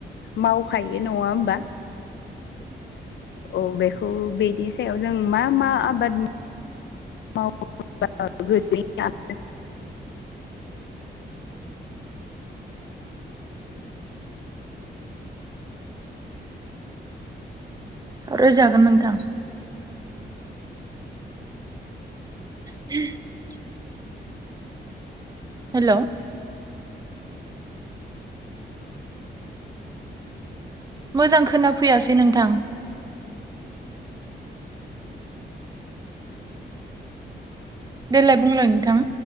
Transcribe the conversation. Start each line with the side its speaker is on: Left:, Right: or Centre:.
Left: मावखायो नङा ओमबा औ बेखौ बेनि सायाव जों मा मा आबाद मावो गो <unintelligible>
Right: सावराय जागोन नोंथां <inaudible> हेलौ मोजां खोनाफैयासै नोंथां देलाय बुंलाय नोंथां